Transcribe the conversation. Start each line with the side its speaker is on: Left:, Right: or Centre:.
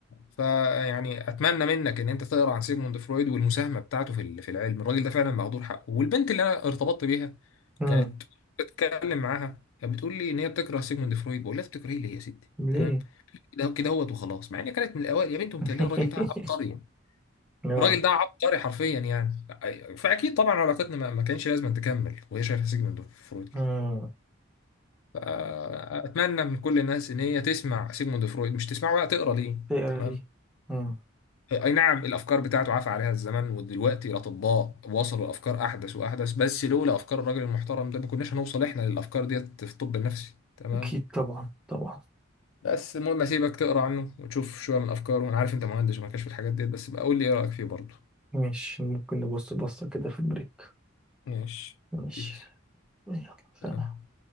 Left: ف يعني اتمنى منك ان انت تقرا عن سيجموند فرويد والمساهمه بتاعته في ال- في العلم الراجل ده فعلا مهدور حقه والبنت اللي انا ارتبطت بيها
Centre: امم
Left: كانت بتتكلم معاها كانت بتقول لي ان هي بتكره سيجموند فرويد بقول لها بتكرهيه ليه يا ستي
Centre: ليه؟
Left: تمام كده كده هوت وخلاص مع ان كانت من الاوائل يا بنت متهيألي
Centre: <laughs>
Left: الراجل ده عبقري
Centre: آه
Left: الراجل ده عبقري حرفيا يعني فاكيد طبعا علاقتنا ما ما كانش لازم تكمل وهي شايفه سيجموند فرويد كده
Centre: امم
Left: فاتمنى من كل الناس ان هي تسمع سيجموند فرويد مش تسمعه بقى تقرا ليه
Centre: تقرا
Left: تمام
Centre: ليه؟ امم
Left: اي نعم الافكار بتاعته عفى عليها الزمن ودلوقتي الاطباء وصلوا الافكار احدث واحدث بس لولا افكار الراجل المحترم ده ما كناش هنوصل احنا للافكار ديت في الطب النفسي تمام
Centre: أكيد طبعا طبعا
Left: بس المهم اسيبك تقرا عنه وتشوف شويه من افكاره انا عارف انت مهندس وما كانش في الحاجات ديت بس بقى قول لي ايه رايك فيه برضه
Centre: مش ممكن نبص بصة كده في البريك
Left: ماشي
Centre: ماشي
Left: بيس
Centre: يلا سلام
Left: سلام.